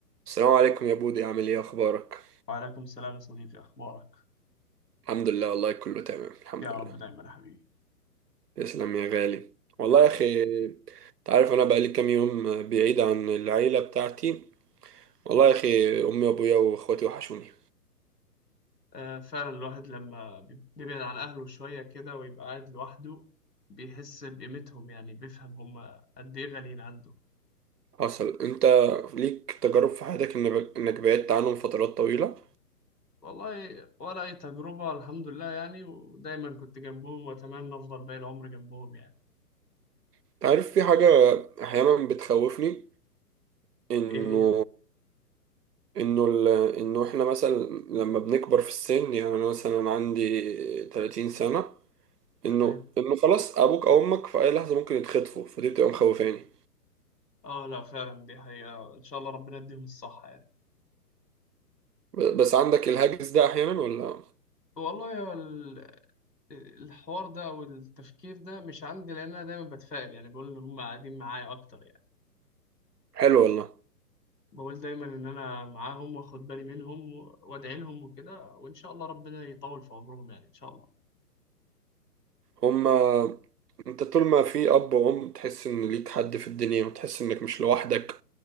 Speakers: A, on the right (about 75°); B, on the left (about 80°).
A: السلام عليكم يا بودي عامل ايه اخبارك
B: وعليكم السلام يا صديقي أخبارك
A: الحمد لله والله كله تمام الحمد
B: يا
A: لله
B: رب دايما يا حبيبي
A: تسلم يا غالي والله
B: حبيبي
A: يا اخي انت عارف انا بقالي كام يوم بعيد عن العيله بتاعتي والله يا اخي امي وابويا واخواتي وحشوني
B: آه فعلا الواحد لما بي- بيبعد عن أهله شوية كده ويبقى قاعد لوحده بيحس بقيمتهم يعني بيفهم هم قد إيه غاليين عنده
A: حصل انت ليك تجارب في حياتك إن- انك بعدت عنهم فترات طويله
B: والله ولا أي تجربة الحمد لله يعني ودايما كنت جنبهم وأتمنى أفضل باقي العمر جنبهم يعني
A: انت عارف في حاجه احيانا بتخوفني انه
B: إيه هي
A: انه ال... انه احنا مثلا لما بنكبر في السن يعني انا مثلا عندي 30 سنه انه
B: تمام
A: انه خلاص ابوك او امك في اي لحظه ممكن يتخطفوا فدي بتبقى مخوفاني
B: آه لا فعلا دي حقيقة إن شاء الله ربنا يديهم الصحة يعني
A: ب- بس عندك الهاجس ده احيانا ولا
B: والله هو ال- الحوار ده أو التفكير ده مش عندي لأن أنا دايما بتفائل يعني بقول إن هم قاعدين معايا أكتر يعني.
A: حلو والله
B: بقول دايما ان انا معاهم واخد بالي منهم و- وادعي لهم وكده وان شاء الله ربنا يطول في عمرهم يعني ان شاء الله
A: هما انت طول ما في اب وام تحس ان ليك حد في الدنيا وتحس انك مش لوحدك